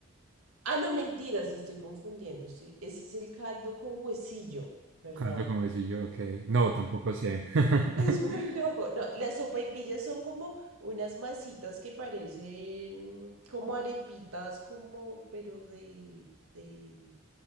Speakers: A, on the right; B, on the right.
A: Ah, no, mentiras, estoy confundiendo. Estoy... Ese es el caldo con huesillo, perdón.
B: Caldo como decía yo, ok. No, tampoco sé. <laughs>
A: Es muy loco. No, las sopaipillas son como unas masitas que parecen como arepitas, como, pero de, de,